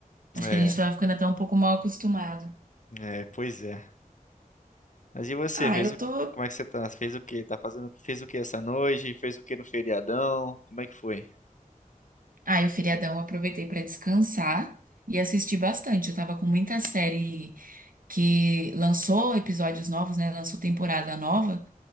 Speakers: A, on the right; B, on the left.
A: Acho
B: É,
A: que a gente tava ficando até um pouco mal acostumado.
B: é, pois é. Mas e você,
A: Ah,
B: fez
A: eu
B: o...
A: tô.
B: como é que você tá? Fez o quê? Tá fazendo... Fez o quê essa noite? Fez o quê no feriadão? Como é que foi?
A: Ah, eu feriadão eu aproveitei pra descansar e assistir bastante. Eu tava com muita série que lançou episódios novos, né? Lançou temporada nova